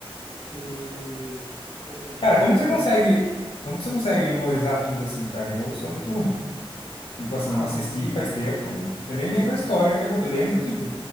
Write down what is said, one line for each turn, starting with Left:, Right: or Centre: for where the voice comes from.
Centre: que bom, o Jack
Left: Cara,
Centre: Sparrow.
Left: como que você consegue. Como que você consegue memorizar tudo assim, cara? Eu sou muito ruim. Tipo assim,
Centre: Ah,
Left: eu assisti
Centre: mano.
Left: faz tempo, eu nem lembro a história, que eu eu lembro, tipo,